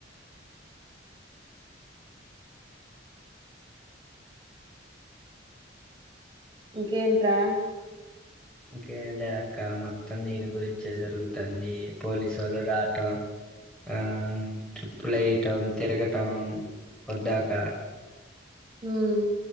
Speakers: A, on the right; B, in the centre.
A: ఇంకేంటి రా
B: ఇంకేం లే అక్క మొత్తం దీని గురించే జరుగుతుంది పోలీసు ఓళ్ళు రాటం ఆ ట్రిప్పుల్ ఏయటం తిరగటం పద్దాకా
A: హ్మ్